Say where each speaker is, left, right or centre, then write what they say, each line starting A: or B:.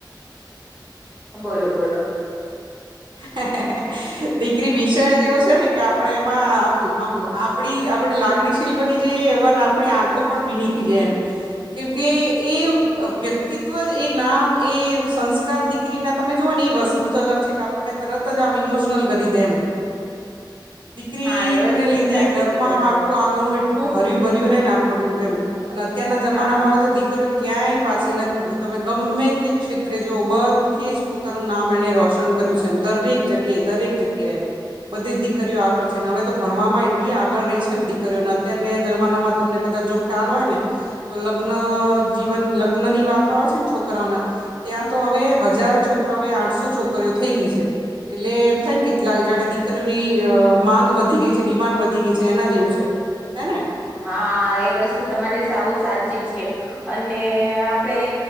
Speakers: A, on the right (about 20°); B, on the right (about 85°).
A: બોલો બોલો.
B: હે-હે-હે દીકરી વિષય જ એવો છે ને કે આપડે એમાં આમ આમ આપડી આપણે લાગણીશીલ બની જઈએ એવન આપણી આંખો પણ ભીની થઈ જાય એમ કેમકે એ વ્યક્તિત્વ જ એ નામ એ સંસ્કાર દી દીકરી ને તમે જોવો ને એ વસ્તુ જ અલગ છે કે આપણને તરત જ આમ ઇમોશનલ કરી દે એમ. દીકરી
A: હા એ બસ
B: ને લીધે
A: સાચી
B: ઘરમાં
A: છે તમારી
B: આખું આંગણું એટલું હરય્યું ભર્યું રેયને આપણુ એમ અને અત્યારના જમાનામાં
A: હા
B: હવે તો દીકરીઓ ક્યાંય પાછી નથી પડતી તમે ગમે તે ક્ષેત્રે જોઓ બધે જ પોતાનું નામ એને રોશન કર્યું છે એમ દરેક જગ્યાએ દરેક જગ્યાએ બધી દીકરીઓ આગળ છે ને હવે તો ભણવામાંય કેટલી આગળ રહી છે ને દીકરીઓને અત્યારેના એ જમાનામાં જો તમને કદાચ જો ખ્યાલ હોય ને તો લગ્ન જીવન લગ્ન ની વાતો આવે છે ને છોકરાઓના ત્યાં તો હવે હજાર છોકરા હવે આઠસો છોકરીઓ થઈ ગઈ છે. એટલે એમ થાય ને કેલા જાણે દીકરીઓની અ માંગ વધી ગઈ છે ડિમાન્ડ વધી ગઈ છે એના જેવું છે. હેને.
A: હા એ વસ્તુ તમારી સાવ સાચી છે. અને આપડે